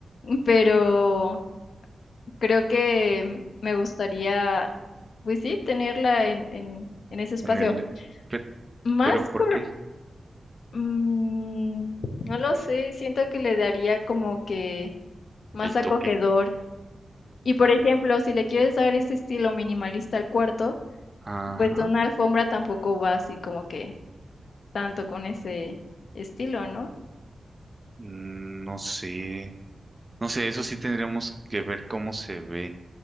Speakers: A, on the left; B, on the right.
A: pero creo que me gustaría, pues sí, tenerla en, en, en ese espacio.
B: en el... pe-
A: Más
B: ¿Pero por
A: por,
B: qué?
A: mm, no lo sé, siento que le daría como que más
B: El
A: acogedor.
B: toque.
A: Y por ejemplo, si le quieres dar ese estilo minimalista al cuarto,
B: Ajá.
A: pues una alfombra tampoco va así como que tanto con ese estilo, ¿no?
B: Mm, No sé. No sé, eso sí tendríamos que ver cómo se ve.